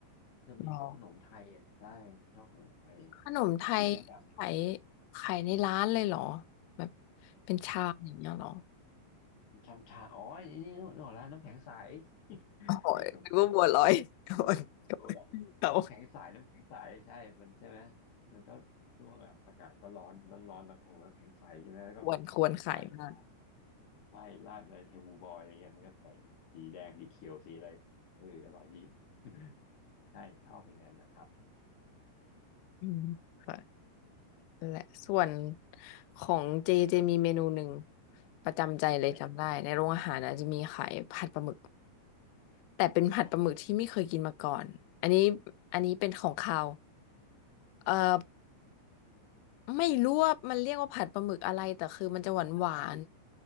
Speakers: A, on the left; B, on the left.
A: จะมีพวกขนมไทยอ่ะใช่ชอบขนมไทย
B: หรอ ขนมไทยขาย
A: กินทุกอย่าง
B: ขายในร้านเลยเหรอแบบเป็นชามอย่างเงี้ยเหรอ
A: ชามชาอ๋อไอ้นี่นึกออกแล้วน้ำแข็งใส <laughs>
B: โอ้ยหรือว่าบัวลอยโดนโดนเขา
A: เรียกขนมไทยโบราณน้ำแข็งใสน้ำแข็งใสใช่มันใช่ไหมมันก็ช่วงแบบอากาศก็ร้อนร้อนร้อนแล้วก็โอ้น้ำแข็งใสใช่ไหมแล้วก็
B: ควรควรขายมาก
A: ใส่ราดใส่ราดอะไรเฮลบูบอยอะไรเงี้ยมันก็ใส่สีแดงสีเขียวสีอะไรเอออร่อยดี <laughs> ใช่ชอบอย่างนั้นนะครับ
B: อืมค่ะ
A: อม
B: นั่นแหละส่วนของเจเจมีเมนูหนึ่งประจำใจเลยจำได้ในโรงอาหารนะจะมีขายผัดปลาหมึก
A: อะไรอะ่ร
B: แต่เป็นผัดปลาหมึกที่ไม่เคยกินมาก่อนอันนี้
A: อ๋อ
B: อันนี้เป็นของคาวเอ่อไม่รู้ว่ามันเรียกว่าผัดปลาหมึกอะไรแต่คือมันจะหวานหวาน
A: ผัดปลาหมึก